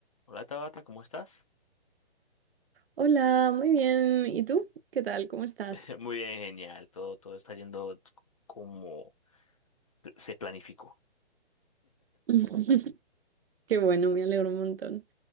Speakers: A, on the left (about 35°); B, on the right (about 65°).
A: Hola Tabata, ¿cómo estás?
B: Hola, muy bien. ¿Y tú? ¿Qué tal? ¿Cómo estás?
A: <laughs> Muy bien, genial. Todo, todo está yendo como se planificó.
B: <laughs> Qué bueno, me alegro un montón.